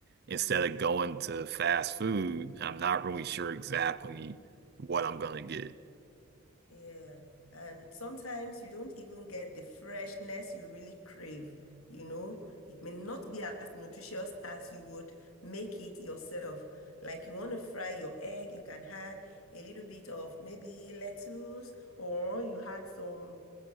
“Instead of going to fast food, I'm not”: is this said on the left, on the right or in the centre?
Right